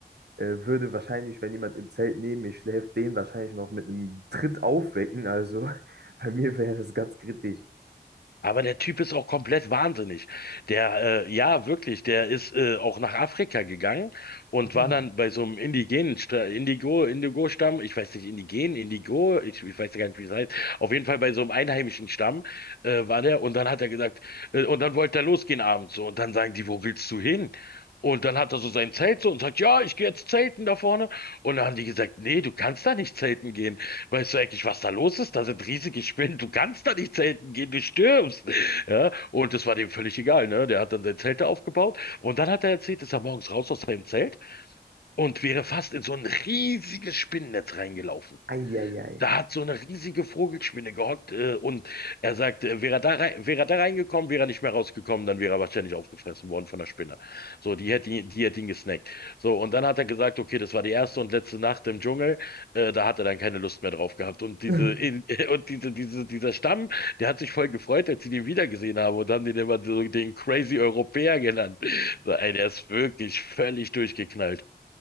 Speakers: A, on the right (about 70°); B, on the left (about 65°).
A: äh, würde wahrscheinlich, wenn jemand im Zelt neben mir schläft, den wahrscheinlich noch mit einem Tritt aufwecken. Also <laughs> bei mir wäre das ganz kritisch.
B: Aber der Typ ist auch komplett wahnsinnig. Der, äh, ja, wirklich, der ist äh, auch nach Afrika gegangen und
A: <laughs>
B: war dann bei so einem indigenen Sta- Indigo, Indigo-Stamm, ich weiß nicht, Indigen, Indigo, ich, ich weiß ja gar nicht, wie es heißt. Auf jeden Fall bei so einem einheimischen Stamm äh, war der und dann hat er gesagt, äh, und dann wollte er losgehen abends so und dann sagen die, wo willst du hin? Und dann hat er so sein Zelt so und sagt, ja, ich gehe jetzt zelten da vorne. Und dann haben die gesagt, nee, du kannst da nicht zelten Weißt du eigentlich, was da los ist? Da sind riesige Spinnen. Du kannst da nicht zelten gehen, du stirbst. <laughs> Ja, und das war dem völlig egal, ne? Der hat dann sein Zelt da aufgebaut und dann hat er erzählt, ist er morgens raus aus seinem Zelt und wäre fast in so ein riesiges Spinnennetz reingelaufen.
A: Eieiei.
B: Da hat so eine riesige Vogelspinne gehockt äh, und er sagt, äh, wäre er da rein, wäre er da reingekommen, wäre er nicht mehr rausgekommen, dann wäre er wahrscheinlich aufgefressen worden von der Spinne. So, die hätte ihn, die hätte ihn gesnackt. So, und dann hat er gesagt, okay, das war die erste und letzte Nacht im Dschungel, äh, da hat er dann keine Lust mehr drauf gehabt. Und diese,
A: <laughs>
B: in, <laughs> und diese, diese, dieser Stamm, der hat sich voll gefreut, als sie den wiedergesehen haben und haben den immer so den Crazy Europäer genannt. So, ey, der ist wirklich völlig durchgeknallt.